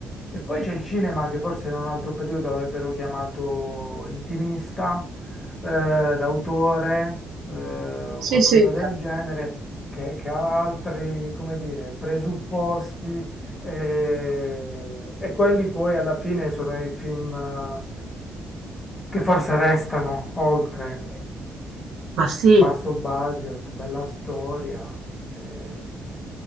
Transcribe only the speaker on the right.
sì,
sì.
Ma sì.